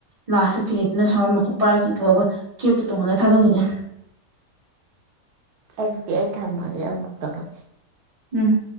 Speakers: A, on the right; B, on the right.
A: ꯂꯥꯁꯇ ꯐꯤꯔꯦꯞꯇꯅ ꯁꯥꯎꯔ ꯃꯈꯨꯞ ꯄꯥꯏꯔ ꯏꯊꯣꯛꯑꯒ ꯀꯦꯞꯇ ꯇꯣꯡꯉꯅ ꯊꯥꯗꯣꯛꯈꯤꯅꯦ ꯑ
B: ꯑꯦꯁ ꯕꯤ ꯑꯥꯏ ꯊꯝꯃꯒꯦ ꯑꯃꯨꯛ ꯇꯧꯔꯒꯦ
A: ꯎꯝ